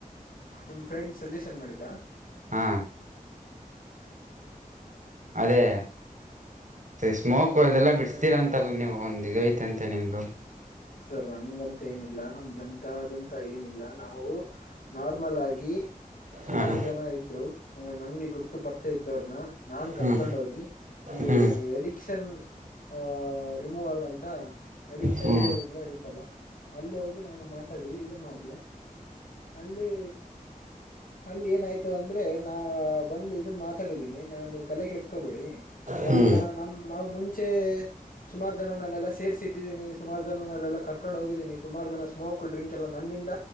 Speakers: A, on the left (about 70°); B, on the right (about 55°).
A: ನಿಮ್ ಫ್ರೆಂಡ್ ಸಜೆಷನ್ ಮಾಡಿದ್ದಾ
B: ಹ್ಞಾ ಅದೇ ಸ್ಮೋಕ್ ಇದೆಲ್ಲ ಬಿಡಸ್ತೀರಾ ಅಂತಲ್ಲ ನೀವು ಒಂದ ಇದು ಐತೆ ಅಂತೆ ನಿಮ್ದು
A: ಸರ್ ಹಂಗಂತ ಏನಿಲ್ಲ ನಮ್ದಂತದಂತ ಏನಿಲ್ಲ ನಾವು ನಾರ್ಮಲ್ ಆಗಿ ಸುಮಾರು
B: ಹಾಂ
A: ಜನ ಇದ್ರು ಅಂಗ್ರ ನಂಗೆ ಗುರ್ತು ಪರಿಚಯ ಇದ್ದವ್ರನ್ನ ನಾ ಕರ್ಕೊಂಡ
B: ಹ್ಞೂ
A: ಹೋಗಿ ಈ
B: ಹ್ಞೂ
A: ಅಡಿಕ್ಷನ್ ಆ ರಿಮೂವಲ್ ಅಂತ ಅಡಿಕ್ಷನ್
B: ಹ್ಞೂ
A: ಇದು ಇ ಎಲ್ಲ ಇರುತ್ತಲ್ಲ ಅಲ್ಲಿ ಹೋಗಿ ನಾನು ಮಾತಾಡಿ ಇದ ಮಾಡ್ದ ಅಲ್ಲಿ ಅಲ್ಲಿ ಏನಾಯ್ತು ಅಂದ್ರೆ ನಾ ಬಂದ್ ಇದನ್ ಮಾತಾಡಿದ್ದೀನಿ ನಾನ್ ನೀವು್ ತಲೆ ಕೆರ್ಸ್ಕೋಬೇಡಿ ಅಲ್ಲ
B: ಹ್ಞೂ ಹ್ಞೂ
A: ನಮ ನಾವು ಮುಂಚೆ ಸುಮಾರು ಜನನಲ್ಲೆಲ್ಲ ಸೇರ್ಸಿ ಇಟ್ಟಿದ್ದೀನಿ ಸುಮಾರು ನೆಲ್ಲ ಕರ್ಕೊಂಡು ಹೋಗಿದ್ದೀನಿ ಸುಮಾರು ಜನ ಸ್ಮೋಕ್ ಡ್ರಿಂಕ್ ಎಲ್ಲ ನನ್ನಿಂದ